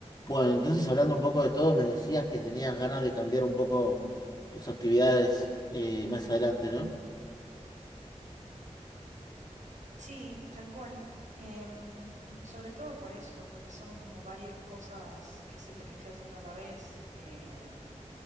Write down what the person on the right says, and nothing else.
Sí, tal cual. Em, sobre todo por eso, porque son como varias cosas que siento que estoy haciendo a la vez eh,